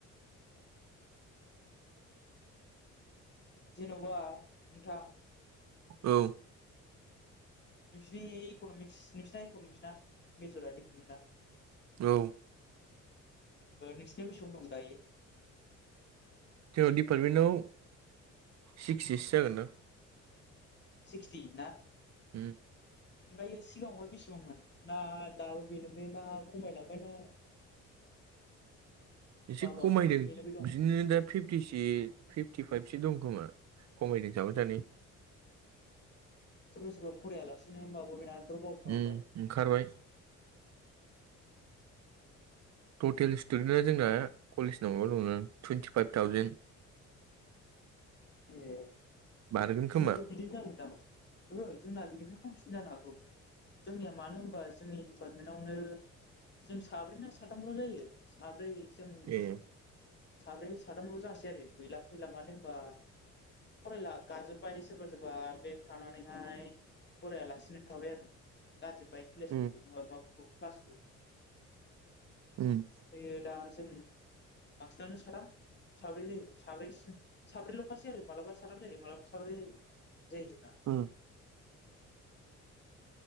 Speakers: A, on the left (about 35°); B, on the right (about 60°).
A: जेन'बा नोंथां।
B: औ
A: नोंसिनि इक'नमिक्स नोंसिना इक'नमिसना मेजरा डिपार्टमेन्टआ।
B: औ
A: नोंसिना बेसेबां दं दायो?
B: जोंनाव डिपार्टमेन्टाव सिक्सटिसो जागोन दां।
A: सिक्सटि ना।
B: उम
A: ओमफ्रायो सिगाङावहाय बेसेबांमोन? ना दाबो बेनो ना खमायलांबायना
B: एसे
A: माबा
B: खमायदों।
A: बेनो बे दं
B: बिदिनो दा फिफ्टिसि फिफ्टिफाइभसो दं खोमा खमायदों साफा सानै।
A: सोरबा सोरबा फरायालासिनो होमबाबो बेना द्रप आउट खालामबाय
B: उम ओंखारबाय टटेल स्टुडेन्टआ जोंना कलेजनाव माबा दं टुइेन्टिफाइभ थावजेनन।
A: ए
B: बारगोन खोमा
A: जोंनाबो बिदिनो जागोनदां। ओहो जोंना बिनिफ्राय खमसिन जानो हागौ जोंनिया मानो होनबा जोंनि डिपार्टमेन्टावनो जों साब्रै ना साथामल' जायो साब्रै जों
B: ए
A: साब्रै साथामल' जानोासै आरो गैला फैला मानो होनबा फरायला गाजोब्बाय सोरबा सोरबा बेग थानानैहाय फरायालासिनो थाबाय आरो। गारजोब्बाय कलेजफोरखौ
B: उम
A: मा-माबाखौ क्लासखौ।
B: उम
A: ओमायो दा जों बांसिनानो साथाम साब्रै जायो साब्रैसिम साब्रैल' पास यारजों मालाबा साथाम जायो मालाबा साब्रै जायो इदि जायो जोंना।
B: ओम